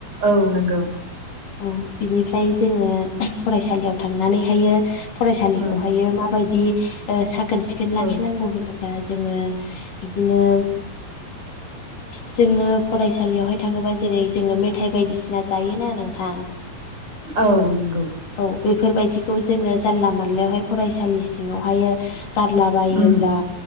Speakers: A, on the right; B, on the left.
A: औ नंगौ।
B: औ बिनिफ्राय जोंङो फरायसालियाव थांनानैहायो फरायसालिखौहायो
A: उम
B: माबायदि ओ साखोन सिखोन
A: औ
B: लाखिनांगौ होनोब्ला ब्ला जोंङो बिदिनो जोंङो फरायसालियावहाय थांङोबा जेरै जोंङो मेथाइ बायदिसिना जायोना नोंथां।
A: औ नंगौ।
B: औ बेफोरबायदिखौ जोंङो जानला मानलायावहाय फरायसालि सिंङावहायो गारलाबायोब्ला
A: उम